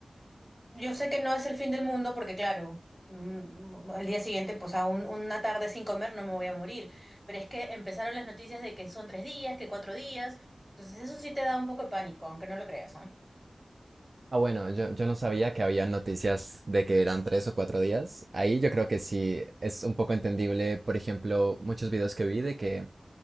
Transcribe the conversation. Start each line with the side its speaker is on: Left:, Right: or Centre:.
Centre: yo sé que no es el fin del mundo porque, claro, mm, al día siguiente, pues a un- una tarde sin comer no me voy a morir, pero es que empezaron las noticias de que son tres días, que cuatro días, entonces eso sí te da un poco de pánico, aunque no lo creas, ¿ah?
Right: Ah, bueno, yo, yo no sabía que había noticias de que eran tres o cuatro días. Ahí yo creo que sí es un poco entendible, por ejemplo, muchos videos que vi de que